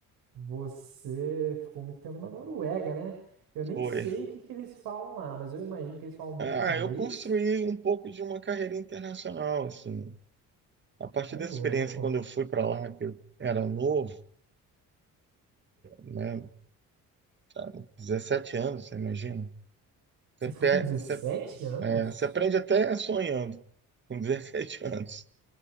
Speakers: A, on the right; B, on the right.
A: você ficou muito tempo na Noruega, né? Eu nem
B: Foi.
A: sei o que que eles falam lá, mas eu imagino que eles falam muito
B: Ah,
A: inglês.
B: eu construí um pouco de uma carreira internacional, assim. A partir
A: Ô,
B: dessa
A: louco.
B: experiência, quando eu fui para lá, que eu era novo, né? tá, 17 anos, você imagina? Você,
A: Você
B: pe-
A: foi com 17
B: você,
A: anos?
B: é, você aprende até sonhando com 17 anos,